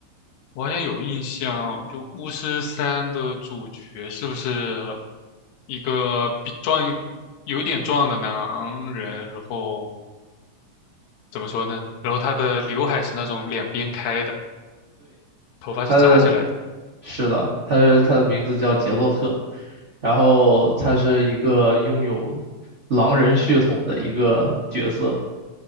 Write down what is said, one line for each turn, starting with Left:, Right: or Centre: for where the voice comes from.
Left: 我好像有印象，就《巫师三》的主角是不是一个比壮一有点壮的男人？然后怎么说呢？然后他的刘海是那种两边开的，头发是扎起来的。
Right: 它的，是的，它是它的名字叫杰洛特，然后它是一个拥有狼人血统的一个角色。